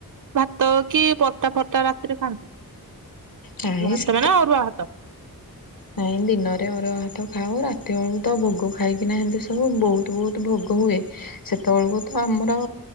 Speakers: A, on the right; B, on the left.
A: ଭାତ କି ପରଟା ଫରଟା ରାତିରେ ଖାଆନ୍ତି?
B: ନାଇଁ
A: ଭାତ
B: ସେତ
A: ମାନେ ଅରୁଆ ଭାତ।
B: ନାଇଁ ଦିନରେ ଅରୁଆ ଭାତ ଖାଉ ରାତି ବେଳକୁ ତ ଭୋଗ ଖାଇକିନା ହେମିତି ଶୋଉ ବହୁତ ବହୁତ ଭୋଗ ହୁଏ ସେତ ବେଳକୁ ଆମର